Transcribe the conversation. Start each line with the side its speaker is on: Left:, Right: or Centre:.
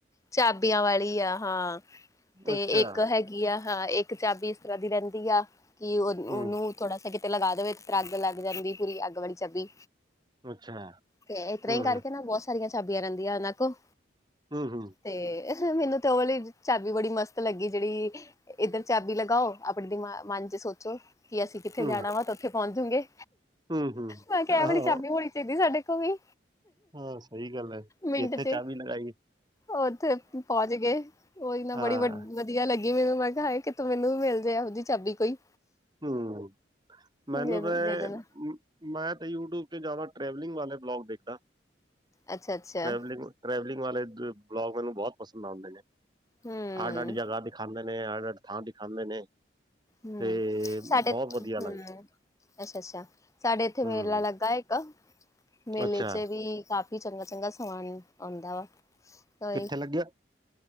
Left: ਚਾਬੀਆਂ ਵਾਲੀ ਆ ਹਾਂ, ਤੇ
Right: ਅੱਛਾ
Left: ਇੱਕ ਹੈਗੀ ਗੀ ਆ ਹਾਂ ਇੱਕ ਚਾਬੀ ਇਸ ਤਰ੍ਹਾਂ ਦੀ ਰਹਿੰਦੀ ਆ, ਕਿ ਉਹ
Right: ਹੂੰ
Left: ਉਹਨੂੰ ਥੋੜਾ ਕਿਤੇ ਲਗਾ ਦੇਵੇ, ਫਿਰ ਅੱਗ ਲਗ ਜਾਂਦੀ, ਪੂਰੀ ਅੱਗ ਵਾਲੀ ਚਾਬੀ
Right: ਅੱਛਾ।
Left: ਤੇ ਇਸ ਤਰ੍ਹਾਂ
Right: ਹੂੰ, ਹੂੰ,
Left: ਹੀ ਕਰਕੇ ਨਾ, ਬਹੁਤ ਸਾਰੀਆਂ ਚਾਬੀਆਂ ਰਹਿੰਦੀਆਂ ਉਹਨਾਂ ਕੋਲ
Right: ਹੂੰ-ਹੂੰ।
Left: ਤੇ ਮੈਨੂੰ ਤੇ ਉਹ ਵਾਲੀ ਚਾਾਬੀ ਬੜੀ ਮਸਤ ਲੱਗੀ ਜਿਹੜੀ ਇੱਧਰ ਚਾਬੀ ਲਗਾਓ, ਆਪਣੇ ਦਿਮਾ ਮਨ ਚ ਸੋਚੋ ਕੀ ਅਸੀਂ ਕਿੱਥੇ
Right: ਹੂੰ,
Left: ਜਾਣਾ ਵਾ, ਤੇ ਉੱਥੇ ਪਹੁੰਚਗੇ ਜੋਗੇ।
Right: ਹੂੰ, ਹੂੰ
Left: ਮੈਂ ਕਿਹਾ ਐ
Right: ਆਹੋ
Left: ਵਾਲੀ ਚਾਬੀ ਹੋਣੀ ਚਾਹੀਦੀ, ਸਾਡੇ ਕੋਲ ਵੀ।
Right: ਹਾਂ ਸਹੀ ਗੱਲ ਹੈ,
Left: ਮਿੰਟ
Right: ਕਿ ਇੱਥੇ
Left: ਚ
Right: ਚਾਬੀ ਨਾ ਲਗੀ
Left: ਉੱਥੇ ਪਹੁੰਚ ਗਏ, ਉਹੀ ਨਾ
Right: ਹਾਂ
Left: ਬੜੀ ਵ ਵਧੀਆ ਲੱਗੀ ਮੈਨੂੰ, ਮੈਂ ਕਿਹਾ ਹਾਏ ਕਿਤੋਂ ਮੈਨੂੰ ਵੀ ਮਿਲਜੇ ਇਹੋ ਜਿਹੀ ਚਾਬੀ ਕੋਈ।
Right: ਹੂੰ ਮੈਨੂੰ
Left: ਦੇ
Right: ਤੇ
Left: ਦੇ ਦੇਣਾ
Right: ਮੈਂ ਤਾਂ ਯੂਟਿਊਬ ਤੇ ਜ਼ਿਆਦਾ ਟ੍ਰੈਵਲਿੰਗ ਵਾਲੇ ਵਲੋਗ ਦੇਖਦਾ,
Left: ਅੱਛਾ ਅੱਛਾ
Right: ਟ੍ਰੈਵਲਿੰਗ ਟਰੈਵਲਿੰਗ ਵਾਲੇ ਬਲੋਗ ਮੈਨੂੰ ਬਹੁਤ ਪਸੰਦ ਆਂਦੇ ਨੇ,
Left: ਹੂੰ
Right: ਅੱਡ-ਅੱਡ ਜਗ੍ਹਾ ਦਿਖਾਦੇ ਨੇ। ਨੇ ਅੱਡ-ਅੱਡ ਥਾਂ ਦਿਖਾਦੇ ਨੇ।
Left: ਹੂੰ
Right: ਤੇ
Left: ਸਾਡੇ
Right: ਬਹੁਤ ਵਧੀਆ
Left: ਹੂੰ
Right: ਲੱਗਦਾ।
Left: ਅੱਛਾ-ਅੱਛਾ, ਸਾਡੇ ਇੱਥੇ ਮੇਲਾ
Right: ਹੂੰ,
Left: ਲੱਗ ਲਗਦਾ ਇੱਕ, ਮੇਲੇ
Right: ਅੱਛਾ
Left: ਚ ਵੀ ਕਾਫੀ ਵੀ ਚੰਗਾ-ਚੰਗਾ ਸਮਾਨ ਆਉਂਦਾ ਵਾ, ਕੋਈ
Right: ਕਿੱਥੇ ਲੱਗਿਆ?